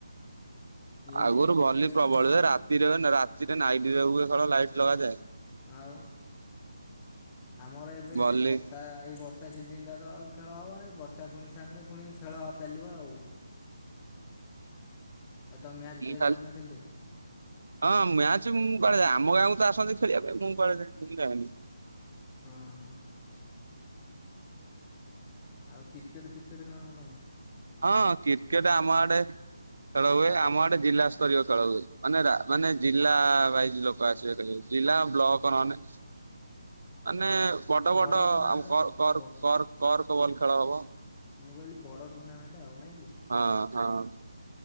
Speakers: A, on the left; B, on the right.
A: କିଏ
B: ଆଗରୁ
A: କ୍ରିକେଟ୍
B: ଭଲି ପ୍ରବଳ
A: ଭଲି
B: ହୁଏ ରାତି ରାରେ ରାତିରେ ନାଇଟରେ ହୁଏ ଖେଳ ଲାଇଟ ଲଗାଯାଏ।
A: ଆଉ ଆମର ଏବେ
B: ଭଲି
A: ବର୍ଷା ଏଇ ବର୍ଷା ସିଜିନ ଟା ତ ଆଉ ଖେଳ ହବ ନାଇଁ ବର୍ଷା ପୁଣି ଛାଡିଲେ ପୁଣି ଖେଳ ଚାଲିବ ଆଉ।
B: <inaudible>
A: ଏ ତ ମ୍ୟାଚ
B: ମୁଁ
A: ଫେଜ
B: ଖାଲି
A: ଯାଉ ନା ଖେ
B: ହଁ ମ୍ୟାଚ ମୁଁ କୁଆଡେ ଯାଏ ଆମ ଗାଁକୁ ତ ଆସନ୍ତି ଖେଳିବା ପାଇଁ ମୁଁ କୁଆଡେ ଯାଏ ଯାନି।
A: ହଁ ଆଉ କ୍ରିକେଟ ଫ୍ରିକେଟ ଖେଳ ନା ତମେ?
B: ହଁ କ୍ରିକେଟ ଆମ ଆଡେ ଖେଳ ହୁଏ ଆମ ଆଡେ ଜିଲ୍ଲା ସ୍ତରୀୟ ଖେଳ ହୁଏ ମାନେ ମାନେ ଜିଲ୍ଲା ୱାଇଜ ଲୋକ। ଆସିବେ କହିବେ ଜିଲ୍ଲା ବ୍ଲକ ନହଲେ ମାନେ ବଡ
A: ବଡ଼
B: ବଡ
A: ଟୁର୍ଣ୍ଣାମେଣ୍ଟ
B: ଆ କର
A: ଆଉ ବ
B: କର କରକ ବଲ ଖେଳ ହବ।
A: ମୁଁ କହିଲି ବଡ ଟୁର୍ଣ୍ଣାମେଣ୍ଟ ଆଉ ନାଇଁ କି?
B: ହଁ ହଁ